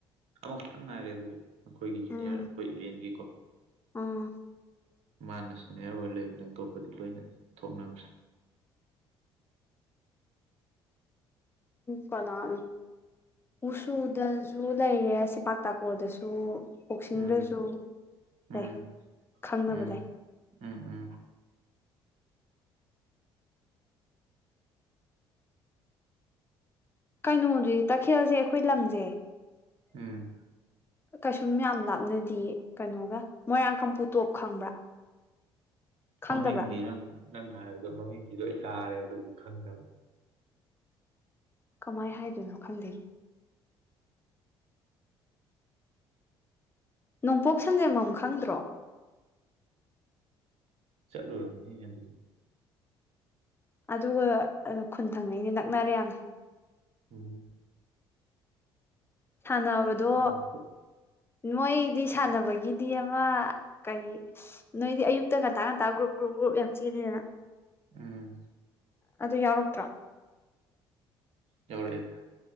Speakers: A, on the right; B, on the left.
A: ꯑꯃꯈꯛꯇꯪ ꯉꯥꯏꯔꯦ ꯑꯗꯨꯁꯨ ꯑꯩꯈꯣꯏꯒꯤ ꯖꯅꯤꯌꯥꯔ
B: ꯎꯝ
A: ꯑꯩꯈꯣꯏ ꯏꯂꯤꯟꯒꯤꯀꯣ
B: ꯎꯝ
A: ꯃꯥꯅ ꯁꯦꯅꯤꯌꯔ ꯑꯣꯏꯔ ꯂꯩꯕꯅꯤ ꯑꯇꯣꯞꯄꯗꯤ ꯂꯣꯏꯅ ꯊꯣꯛꯅꯔꯁꯦ
B: ꯀꯅꯥꯜ ꯃꯨꯁꯨꯗꯁꯨ ꯂꯩꯔꯦ ꯁꯦꯄꯥꯛ ꯇꯥꯀꯣꯔꯗꯁꯨ ꯀꯣꯛꯁꯤꯡꯗꯁꯨ
A: ꯎꯝ
B: ꯂꯩ
A: ꯎꯝ
B: ꯈꯪꯅꯕ
A: ꯎꯝ
B: ꯂꯩ
A: ꯎꯝ ꯎꯝ
B: ꯀꯩꯅꯣꯗꯨ ꯇꯈꯦꯜꯁꯦ ꯑꯩꯈꯣꯏ ꯂꯝꯁꯦ
A: ꯎꯝ
B: ꯀꯩꯁꯨꯝ ꯌꯥꯝ ꯂꯥꯞꯅꯗ ꯀꯩꯅꯣꯒ ꯃꯣꯏꯔꯥꯡ ꯀꯥꯡꯝꯄꯨ ꯇꯣꯞ ꯈꯪꯕ꯭ꯔꯥ ꯈꯪꯗꯕ꯭ꯔꯥ
A: ꯃꯃꯤꯡꯗꯤ ꯅꯪꯅ ꯍꯥꯏꯕꯗꯣ ꯃꯃꯤꯡꯗꯤ ꯂꯣꯏ ꯇꯥꯔꯦ ꯑꯗꯨ ꯈꯪꯗꯕ
B: ꯀꯃꯥꯏ ꯍꯥꯏꯗꯣꯏꯅꯣ ꯈꯪꯗꯦꯅꯤ ꯅꯣꯡꯄꯣꯛ ꯁꯟꯖꯦꯝꯃꯝ ꯈꯪꯗ꯭ꯔꯣ
A: ꯆꯂ ꯍ ꯅꯗ
B: ꯑꯗꯨꯒ ꯈꯨꯟ ꯊꯪꯅꯩꯅꯦ ꯅꯛꯅꯔꯦ ꯌꯥꯝꯅ
A: ꯎꯝ
B: ꯁꯥꯟꯅꯕꯗꯣ
A: ꯎꯝ
B: ꯃꯣꯏꯗꯤ ꯁꯥꯟꯅꯕꯒꯤꯗꯤ ꯑꯃ ꯀꯔꯤ ꯅꯣꯏꯗꯤ ꯑꯌꯨꯛꯇ ꯉꯟꯇꯥ ꯉꯟꯇꯥ ꯒ꯭ꯔꯨꯞ ꯒ꯭ꯔꯨꯞ ꯒ꯭ꯔꯨꯞ ꯌꯥꯝ ꯆꯜꯂꯤꯗꯅ
A: ꯎꯝ
B: ꯑꯗꯨ ꯌꯥꯎꯔꯛꯇ꯭ꯔꯥ
A: ꯌꯥꯎꯔꯛ ꯑꯦ